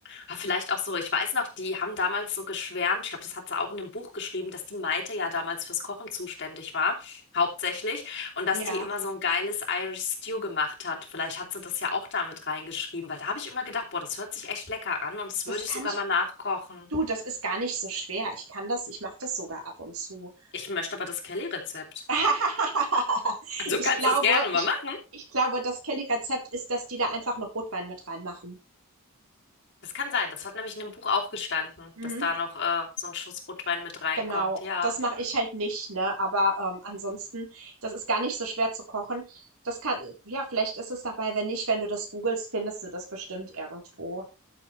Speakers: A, on the left; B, on the right.
A: ah, vielleicht auch so, ich weiß noch, die haben damals so geschwärmt, ich glaube, das hat sie auch in dem Buch geschrieben, dass die Maite ja damals fürs Kochen zuständig war, hauptsächlich, und dass
B: Ja,
A: die immer so ein geiles Irish Stew gemacht hat. Vielleicht hat sie das ja auch damit reingeschrieben, weil da habe ich immer gedacht, boah, das hört sich echt lecker an und das
B: das
A: würde ich
B: kann
A: sogar
B: ich
A: mal nachkochen.
B: du, das ist gar nicht so schwer. Ich kann das ich mache das sogar ab und zu.
A: Ich möchte aber das Kelly-Rezept.
B: <laughs>
A: Also
B: Ich
A: kannst
B: glaube
A: du das gerne mal
B: ich
A: machen.
B: ich glaube, das Kelly-Rezept ist, dass die da einfach noch Rotwein mit reinmachen.
A: Das kann sein. Das hat nämlich in dem Buch auch gestanden,
B: Mhm.
A: dass da noch äh, so ein Schuss Rotwein mit reinkommt.
B: Genau,
A: Ja.
B: das mache ich halt nicht, ne? Aber, ähm, ansonsten das ist gar nicht so schwer zu kochen. Das kann ja, vielleicht ist es dabei, wenn nicht, wenn du das googelst, findest du das bestimmt irgendwo,